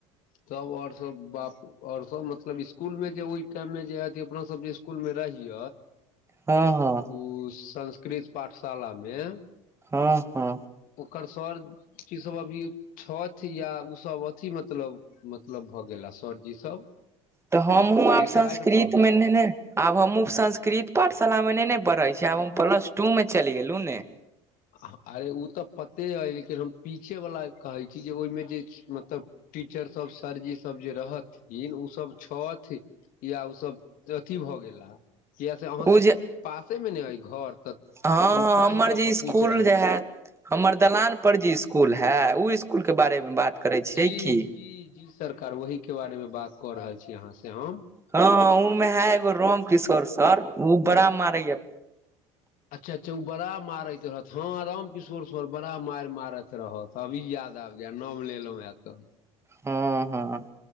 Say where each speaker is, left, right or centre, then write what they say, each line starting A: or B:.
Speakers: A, on the left; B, on the right.
A: सब और सब बाप और सब मतलब स्कूल में जे ओहि टाइम में जे ह अपना सब स्कूल में रहहि
B: हँ हँ
A: ओ संस्कृत पाठशाला मे
B: हँ हँ
A: ओकर सर की सब अभी छथि या ओसभ अथिी मतलब मतलब भऽ गेला सरजी सब
B: तऽ हमहूँ आब
A: रिटायर
B: संस्कृतमे
A: भऽ गेल
B: ने ने आब हमहू संस्कृत पाठशाला मे नहि ने पढ़ै छीिय आब हम प्लस टू मे चलि गेलहु ने
A: अरे ओ तऽ पते अइ लेकिन हम पीछे वला कहै छी जे ओहिमे जे मतलब टीचर सब सरजी सब जे रहथिन ओ सब छथि या ओसभ अथी भऽ गेला किया से अहाँके
B: ओ जे
A: पासे मऽ नऽ अय घर तऽ
B: हँ
A: हम
B: हँ
A: ताहि
B: हमर
A: लऽ
B: जे
A: कऽ
B: स्कूल
A: पूछि रहल
B: जे है हमर दलान पर जी स्कूल है उ स्कूल
A: छी
B: कऽ बारे में बात करै छियै
A: जी
B: की
A: जी जी सरकार ओहि कऽ बारे मे बात कऽ रहल छी अहाँ से हम
B: हँ हँ उमें है एगो राम किशोर सर ओ बड़ा मारै यऽ
A: अच्छा अच्छा ओ बड़ा मारैत रहत हं राम किशोर सर बड़ा मार मारत रहऽ अभी याद आब गेल नाम लेलहुँ हेँ तऽ
B: हँ हँ